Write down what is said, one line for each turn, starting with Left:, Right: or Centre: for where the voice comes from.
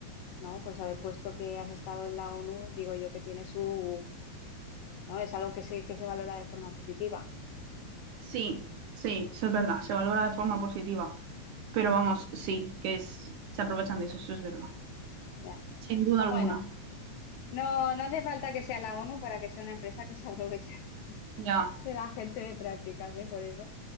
Left: ¿no? Pues haber puesto que has estado en la ONU, digo yo que tiene su, ¿no? Es algo que se, que se valora de forma positiva.
Right: Sí, sí, eso es verdad, se valora de forma positiva. Pero vamos, sí, que es, se aprovechan de eso, eso es verdad.
Left: Ya.
Right: Sin duda alguna.
Left: Bueno, no, no hace falta que sea la ONU para que sea una empresa que se aprovecha
Right: Ya,
Left: <laughs> de la gente de prácticas, ¿eh? Por eso.